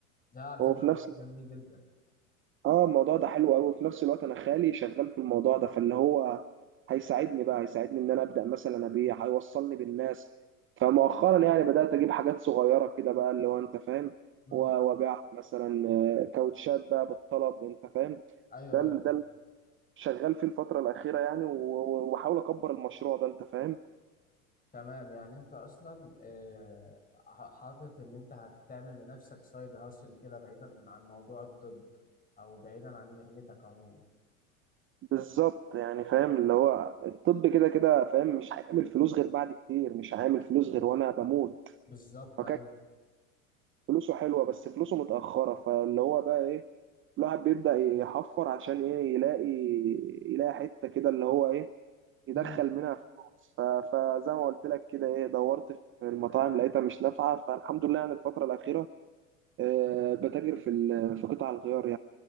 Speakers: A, on the left; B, on the right.
A: ده على فكرة
B: وفي نفس
A: مجال جميل جدا
B: اه الموضوع ده حلو قوي وفي نفس الوقت انا خالي شغال في الموضوع ده فاللي هو هيساعدني بقى هيساعدني ان انا ابدأ مثلا ابيع هيوصلني بالناس فمؤخرا يعني بدأت اجيب حاجات صغيرة كده بقى اللي هو انت فاهم
A: امم
B: و- وابيع مثلا آه، كاوتشات بقى بالطلب انت فاهم
A: أيوه
B: ده ال-
A: أيوه
B: ده ال- شغال فيه الفترة الأخيرة يعني و- و- وبحاول أكبر المشروع ده أنت فاهم
A: تمام يعني أنت أصلا آه، ح- حاطط إن أنت هتعمل لنفسك سايد هاسل كده بعيدا عن موضوع الطب أو بعيدا عن مهنتك عموما
B: بالظبط يعني فاهم اللي هو الطب كده كده فاهم مش هيعمل فلوس غير بعد كتير مش هيعمل فلوس غير وانا بموت
A: بالظبط
B: فكان
A: أيوه
B: فلوسه حلوه بس فلوسه متاخره فاللي هو بقى ايه الواحد بيبدا يحفر عشان ايه يلاقي يلاقي حته كده اللي هو ايه يدخل
A: امم
B: منها فلوس ف- فزي ما قلت لك كده ايه دورت في المطاعم لقيتها مش نافعه فالحمد لله يعني الفتره الاخيره آه، بتاجر في ال- في قطع الغيار